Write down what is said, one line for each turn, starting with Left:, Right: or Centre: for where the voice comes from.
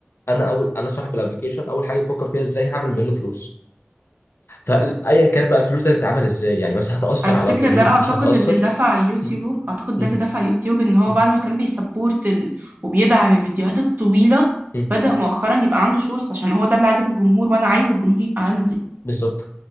Left: انا اول انا صاحب الابلكيشن اول حاجه بفكر فيها ازاي هعمل منه فلوس فايا كان بقى الفلوس دي هتتعمل ازاي يعني مثلا هتاثر
Right: على فكرة
Left: على ابراهيم
Right: ده أعتقد
Left: مش هتاثر
Right: اللي دفع يوتيوب
Left: م-
Right: أعتقد ده
Left: م-
Right: اللي دفع يوتيوب إن هو
Left: م-
Right: بعد ما كان بيسبورت ال... وبيدعم الفيديوهات الطويلة
Left: م-
Right: بدأ مؤخرا يبقى عنده شورتس عشان هو ده اللي عاجب الجمهور وأنا عايز الجمهور يبقى عندي
Left: بالظبط